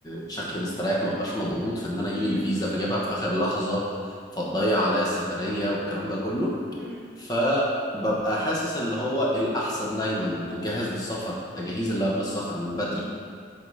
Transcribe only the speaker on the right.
مم،
مم،
مم،